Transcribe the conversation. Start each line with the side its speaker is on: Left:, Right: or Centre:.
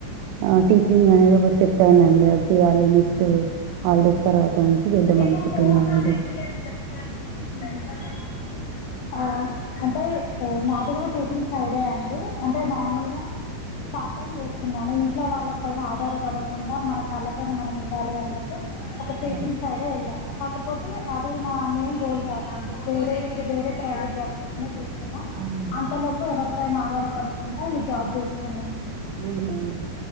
Right: అ టీచింగ్ అనేది ఒక సెక్టార్ అండి చేయాలీ హాలిడేస్ తర్వాత చేద్దాం
Left: నేను
Right: అనుకుంటున్నా
Left: ఫోన్ <unintelligible>
Right: అండి
Left: ఆ అంటే నాది కూడ టీచింగ్ సైడే అండి అంటే నార్మల్గా పార్ట్ టైం చేస్తున్నాను ఇంట్ లో వాళ్ళ పైన ఆధారపడకుండ మన కాళ్ళపైన మనం ఉండాలి అని నెక్స్ట్ ఒక టీచింగ్
Right: ఓ
Left: సైడే వెళ్ళాను కపోతె అే అది నా మెయిన్ గోల్ కాదండి వేరే ఇది వేరే ప్రైవేట్ జాబ్ కోసమే చూస్ స్తున్న
Right: అవునండి
Left: అంతలోపు ఎవరు పైన ఆధారపడకుంట ఈ జాబ్ చేస్తున్నాను
Right: అవునండి